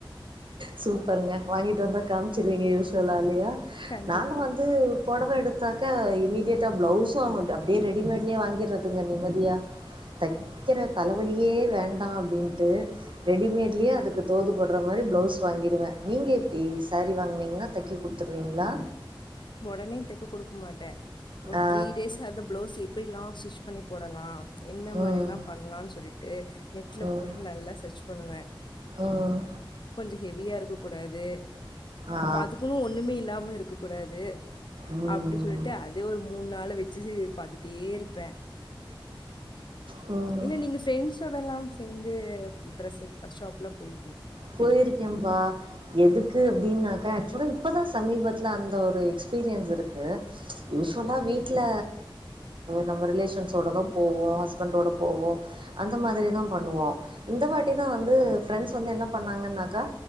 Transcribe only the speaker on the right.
சூப்பருங்க வாங்கிட்டு வந்தா காமிச்சிருவீங்க யூஸ்வலால்லியா
நாங்க வந்து புடவயேடுத் தாக்க இம்மீடியேட்டா பிளவுஸு அப்டியே ரெடிமேட்லயே வாங்கிடுறதுங்க நிம்மதியா தக்கிற தலவலியே வேண்டா அப்டின்ட்டு ரெடிமேட்லயே அதுக்கு தோது பட்ற மாரி பிளவுஸ் வாங்கிடுவே நீங்க எப்டி சேரீ வாங்னீங்கன்னா தைக்கி குடுத்துருவீங்களா
ஆ.
ம்.
ம்.
ம்.
ஆ.
ம்.
ம்.
போயிருக்கேப்பா எதுக்கு அப்டினாக்க ஆக்சுவலா இப்பதா சமீபத்துல அந்த ஒரு எக்ஸ்பீரியன்ஸ் இருக்கு யூஸ்வல்லா வீட்டில நம்ம ரிலேஷன்ஸோட தா போவோ போவோ ஹஸ்பண்டோட போவோ அந்த மாதிரி தா பண்ணுவோ இந்த வாட்டி தா வந்து பிரெண்ட்ஸ் வந்து என்ன நாங்கன்னாக்கா